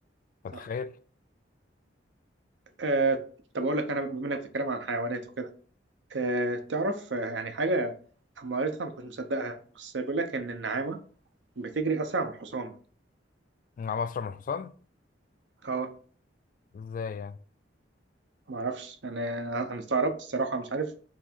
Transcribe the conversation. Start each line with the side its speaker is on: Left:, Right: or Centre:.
Left: فتخيل
Right: صح آه طب اقول لك انا بما انك بتتكلم عن الحيوانات وكده آه تعرف آه، يعني حاجه اما قريتها ما كنتش مصدقها بس بيقول لك ان النعامه بتجري اسرع من الحصان
Left: مع مصر من الحصان
Right: اه
Left: ازاي يعني
Right: ما اعرفش انا انا استغربت الصراحه مش عارف